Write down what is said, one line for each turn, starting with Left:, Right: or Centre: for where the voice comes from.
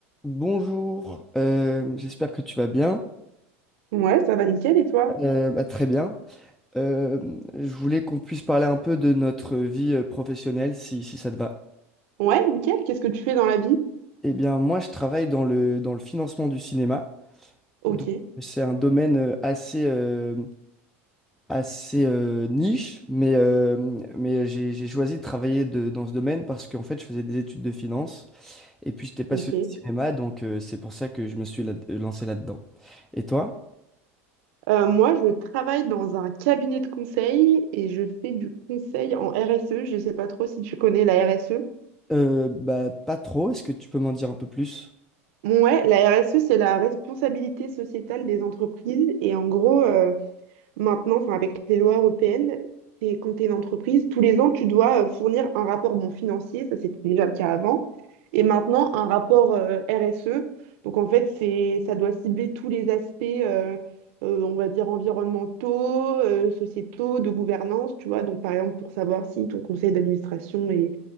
Centre: Bonjour, euh, j'espère que tu vas bien.
Right: Ouais, ça va nickel et toi?
Centre: Euh, bah, très bien. Euh, je voulais qu'on puisse parler un peu de notre vie euh, professionnelle, si, si ça te va.
Right: Ouais, nickel. Qu'est-ce que tu fais dans la vie?
Centre: Eh bien, moi, je travaille dans le, dans le financement du cinéma.
Right: Ok,
Centre: Donc, c'est un domaine euh, assez, euh, assez euh, niche, mais, euh, mais j'ai, j'ai choisi de travailler de- dans ce domaine parce qu'en fait, je faisais des études de finance et puis j'étais passionné
Right: ok.
Centre: de cinéma, donc euh, c'est pour ça que je me suis là- lancé là-dedans. Et toi?
Right: Euh, moi, je travaille dans un cabinet de conseil et je fais du conseil en RSE. Je sais pas trop si tu connais la RSE.
Centre: Euh, bah, pas trop. Est-ce que tu peux m'en dire un peu plus?
Right: Ouais, la RSE, c'est la responsabilité sociétale des entreprises. Et en gros, Maintenant, enfin, avec les lois européennes, t'es- quand tu es une entreprise, tous les ans, tu dois euh, fournir un rapport bon, financier, ça c'était déjà le cas avant, et maintenant un rapport euh, RSE. Donc en fait, c'est, ça doit cibler tous les aspects, euh, euh, on va dire, environnementaux, euh, sociétaux, de gouvernance, tu vois. Donc par exemple, pour savoir si ton conseil d'administration est,